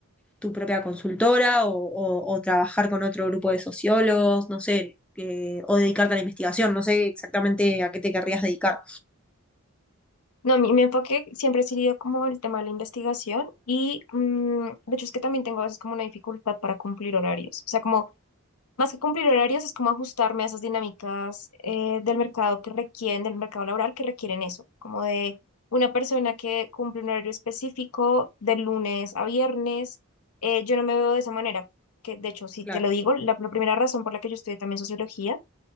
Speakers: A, in the centre; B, on the left (about 80°).
A: tu propia consultora o, o- o trabajar con otro grupo de sociólogos, no sé, eh, o dedicarte a la investigación, no sé exactamente a qué te querrías dedicar.
B: No, mi, mi enfoque siempre ha sido como el tema de la investigación y mm, de hecho es que también tengo a veces como una dificultad para cumplir horarios. O sea, como Más que cumplir horarios, es como ajustarme a esas dinámicas eh, del mercado que requieren, del mercado laboral que requieren eso, como de una persona que cumple un horario específico de lunes a viernes. eh, yo no me veo de esa manera, que de hecho, si
A: Claro.
B: te lo digo, la, la primera razón por la que yo estudié también sociología